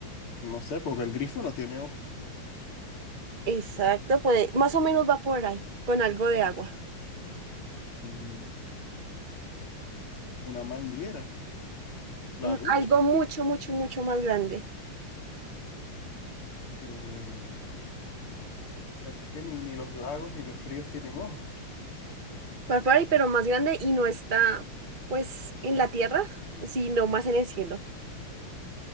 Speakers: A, on the left (about 85°); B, on the right (about 25°).
A: no sé, porque el grifo no tiene ojos.
B: Exacto, puede, más o menos va por ahí, con algo de agua.
A: Mm, Una manguera, la
B: Mm,
A: ducha.
B: Algo mucho, mucho, mucho más grande.
A: Eh, pero es que ni, ni los lagos ni los ríos tienen ojos.
B: Va por ahí, pero más grande y no está, pues, en la tierra, sino más en el cielo.